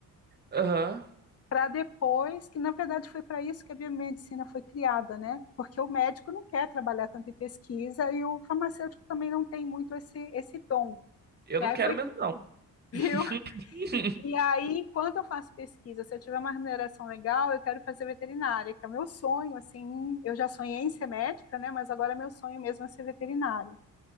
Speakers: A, on the right; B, on the left.
A: Aham.
B: para depois, que na verdade foi para isso que a biomedicina foi criada, né? Porque o médico não quer trabalhar tanto em pesquisa e o farmacêutico também não tem muito esse, esse dom,
A: Eu
B: né?
A: não
B: Aí
A: quero
B: foi,
A: mesmo, não.
B: <laughs>
A: <laughs>
B: viu? E aí, enquanto eu faço pesquisa, se eu tiver uma remuneração legal, eu quero fazer veterinária, que é o meu sonho, assim, eu já sonhei em ser médica, né? Mas agora meu sonho mesmo é ser veterinária.